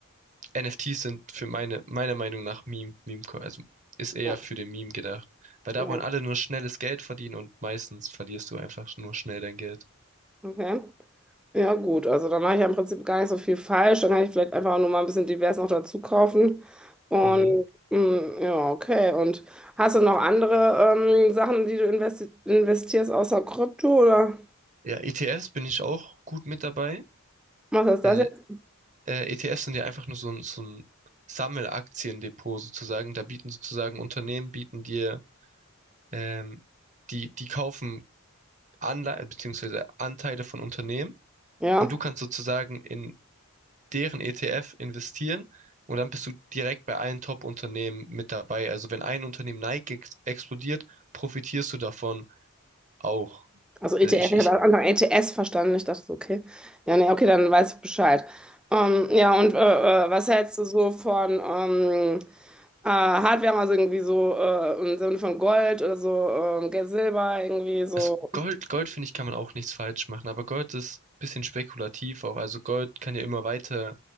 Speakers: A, on the right; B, in the centre.
A: NFTs sind für meine, meiner Meinung nach Meme, Meme, also ist eher
B: Ja,
A: für den Meme gedacht. Weil da
B: okay.
A: wollen alle nur schnelles Geld verdienen und meistens verlierst du einfach nur schnell dein Geld.
B: Okay. Ja, gut. Also dann mache ich ja im Prinzip gar nicht so viel falsch. Dann kann ich vielleicht einfach nur mal ein bisschen divers noch dazu kaufen. Und
A: Mhm.
B: mm, ja, okay. Und hast du noch andere ähm, Sachen, die du investi investierst außer Krypto oder
A: Ja, ETFs bin ich auch gut mit dabei.
B: was ist
A: Äh,
B: das jetzt?
A: äh, ETFs sind ja einfach nur so ein, so ein Sammelaktiendepot sozusagen. Da bieten sozusagen Unternehmen, bieten dir, ähm, die, die kaufen Anleihen beziehungsweise Anteile von Unternehmen
B: Ja.
A: und du kannst sozusagen in deren ETF investieren und dann bist du direkt bei allen Top-Unternehmen mit dabei. Also wenn ein Unternehmen Nike ex explodiert, profitierst du davon auch.
B: Also ETF,
A: Also ich,
B: ich
A: ich,
B: habe am Anfang ETS verstanden. Ich dachte so, okay. Ja, nee, okay, dann weiß ich Bescheid. Ähm, ja, und äh, äh, was hältst du so von ähm, äh, Hardware, also irgendwie so äh, im Sinne von Gold oder so, ähm, Geld, Silber, irgendwie so.
A: also Gold, Gold finde ich, kann man auch nichts falsch machen, aber Gold ist ein bisschen spekulativ auch. Also Gold kann ja immer weiter